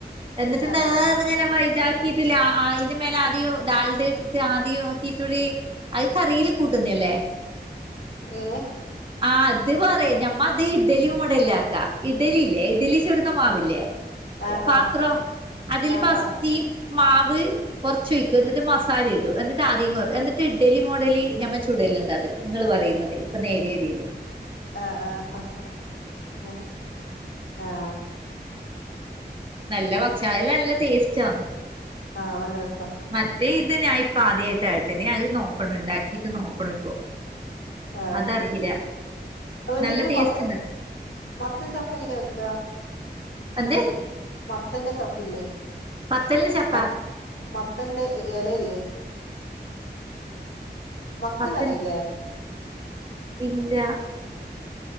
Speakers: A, on the right; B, on the left.
A: എന്നിട്ട്
B: ആ
A: നേർങ്ങനെ
B: ആ
A: പോയിട്ട കിട്ടില്ല അയ്‌ന്റെ മേലെ ആദ്യം ഡാൽഡ ഇട്ടിട്ട് ആദ്യം കീറ്റുഴി അത് കറിയില് കൂട്ടുന്ന അല്ലേ
B: ഏങ്ങനെ
A: ആ അത് പറയാ ഞമ്മ അത് ഇഡ്ലി മോഡൽല്ലാക്ക ഇഡലി ഇല്ലേ ഇഡലി ച്ചുടുന്ന മാവില്ലേ
B: ആ
A: പാത്രം
B: ആ
A: അതില്
B: ആ
A: ഫസ്റ്റ്
B: ആ
A: ഈ മാവ് കുറച്ചോഴിക്കും എന്നിട്ട് മസാല ഇടും എന്നിട്ട് ആദ്യം കുറ എന്നിട്ട് ഇഡ്ഡലി മോഡലി ഞമ്മ ചുടലുണ്ട് അത് നിങ്ങള് പറയുന്നത് ഇപ്പൊ നേര്യരില്
B: ആഹ് ആഹ് ആഹ്
A: നല്ല ഭക്ഷണ അയ്ല് നല്ല ടേസ്റ്റന്ന്
B: ആഹ് നല്ല രസ
A: മറ്റേ ഇത് ഞാൻ ഇപ്പ ആദ്യമയിട്ട കേട്ടന അത് നോക്കണ ഇണ്ടാക്കിട്ട് നോക്കണ ഇപ്പോ
B: ആ
A: അതറിയില്ല
B: അതുപോലെ
A: നല്ല
B: നിങ്ങും
A: ടേസ്റ്റ്
B: മത്തൻ
A: ഇണ്ട്
B: മത്തൻ ചപ്പ് എങ്ങനെയാ വെക്കാ
A: എന്തെ
B: മത്തന്റെ ചപ്പില്ലേ
A: പത്തല് ചപ്പാ
B: മ മത്തന്റെ എലയില്ലേ മത്തൻ
A: പത്ത്
B: അറിയില്ലേ
A: ഇല്ല